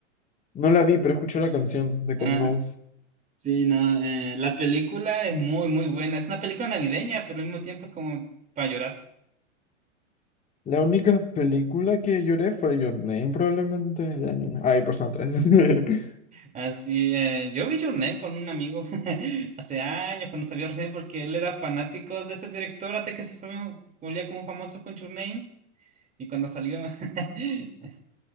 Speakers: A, on the left (about 20°); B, on the right (about 20°).
A: No la vi, pero escuché la canción de God
B: Ah,
A: Knows.
B: <laughs> sí, no, eh, la película es muy, muy buena. Es una película navideña, pero al mismo tiempo es como para llorar.
A: La única película que lloré fue Your Name, probablemente. de anime. Ah, y Persona 3. <laughs>
B: Así, eh, yo vi Your Name con un amigo <laughs> hace años cuando salió recién, porque él era fanático de ese director hasta que se fue, volvía como famoso con Your Name. Y cuando salió, <laughs> me